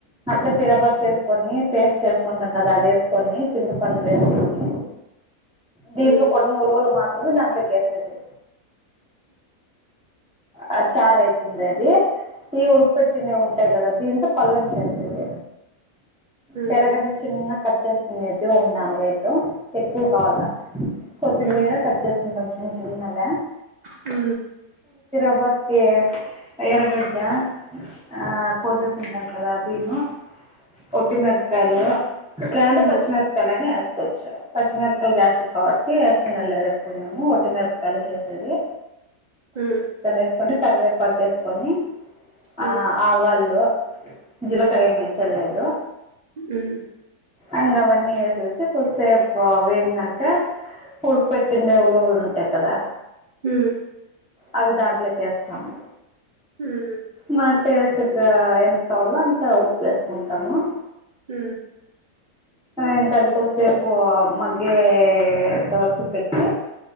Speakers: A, in the centre; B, on the right (about 75°).
A: ఇంతవరకు చేేసుకొని పేస్ట్ చేసుకుంటాం కదా అది వేసుకొని చింతపండు వేసుకొని దీంట్లో
B: ఉమ్
A: కొన్ని ఉలువలు మాత్రమే దాంట్లోకి వేసేది ఆ చార్ అయితుందా అది ఈ ఉకపెట్టనే ఉంటాయి కదా దీంతో పల్లెం చేస్తది
B: ఉమ్ ఉమ్
A: తెరగడ్లు చిన్న కట్ చేసుకునేది ఒక నాలుగైతు ఎక్కువ కావాలా కొత్తిమీర
B: ఉమ్
A: కట్ చేసుకుంటాం చిన్న చిన్నగా
B: హ్మ్
A: రకే ఎరగడ్డ ఆ కోజస్ అంతకద అదేను ఒట్టి మిరపకాయలు కదంటే
B: ఉమ్ ఉమ్ ఉమ్
A: పచ్చి మిరపకాయలైన ఎస పచ్చ పచ్చిమిరపకాయలు గ్యాస్ట్రిక్ కాబట్టి వేసుకున్నారు లేదు ఎక్కున్నాము ఒట్టి మిరపకాయలు చేసేది
B: ఊ
A: సుకొని కరివేపాకు వేసుకొని
B: ఉమ్
A: ఆ ఆవాళు జీలకర ఏమి ఎసూద్ లేదు
B: ఉ
A: అంగవన్నీ ఏసేసి కొద్దిసేపు వేగినక పుడుపెట్టిందేవాలో గుడ ఉంటాయి కదా
B: హు
A: అవి దాంట్లకేస్తాము
B: హ్మ్
A: మా టేస్ట్ కు ఎంత కావాలో అంత ఉప్పు వేసుకుంటాము
B: ఊ
A: ఇంకా అదికొసేపు మగ్గేవర్కు పెట్టి